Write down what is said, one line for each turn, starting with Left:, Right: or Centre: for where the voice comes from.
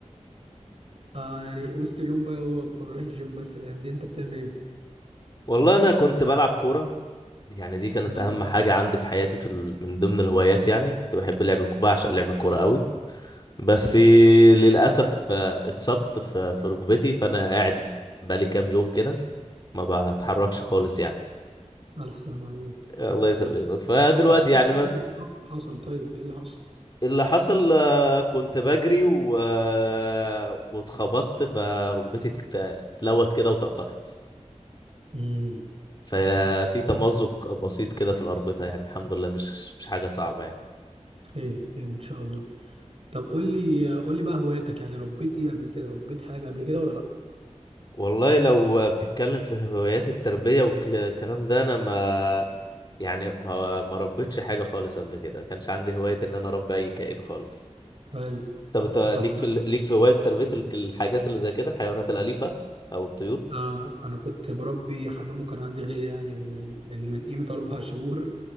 Right: آه يعني وسط اليوم بقى هو بروح الجيم بس الأيام دي أنت بتعمل إيه؟
Left: والله انا كنت بلعب كوره يعني دي كانت
Right: حلو.
Left: اهم حاجه عندي في حياتي في ال... من ضمن الهوايات يعني كنت بحب لعب الك- بعشق لعب الكوره قوي بس للاسف آه، اتصبت في في ركبتي فانا قاعد بقالي كام يوم كده ما بتحركش خالص يعني
Right: ألف سلامة عليك
Left: الله يسلمك فدلوقتي
Right: طب
Left: يعني
Right: إيه الخير اللي حصل طيب إيه اللي حصل؟
Left: اللي حصل آه، كنت بجري و... آه، واتخبطت فركبتي اتلت- اتلوت كده وتقطعت
Right: امم
Left: ففي تمزق بسيط كده في الأربطة يعني الحمد لله مش مش حاجة صعبة يعني
Right: خير خير إن شاء الله طب قول لي قول لي بقى هواياتك يعني ربيت ايه قبل كده ربيت حاجة قبل كده ولا لا
Left: والله لو بتتكلم في هوايات التربية والكلام ده أنا ما يعني ما ما ربيتش حاجة خالص قبل كده ما كانش عندي هواية إن أنا أربي أي كائن خالص
Right: حلو
Left: طب إنت
Right: طب
Left: ليك في ال- ليك في هواية تربية الك- الحاجات اللي زي كده الحيوانات الأليفة أو الطيور؟
Right: آه انا كنت بربي حمام وكان عندي غيه يعني من من من قيمة اربع شهور